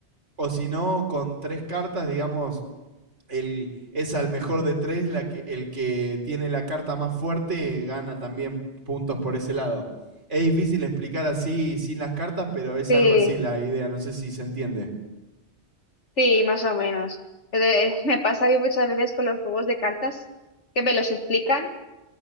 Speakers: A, on the right; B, on the left.
A: O si no, con tres cartas, digamos, el, es al mejor de tres, la que, el que tiene la carta más fuerte eh, gana también puntos por ese lado. Es difícil explicar así sin las cartas, pero es
B: Sí,
A: algo así la idea, no sé si se entiende.
B: sí, más o menos. Pero, eh, me pasa que muchas veces con los juegos de cartas que me los explican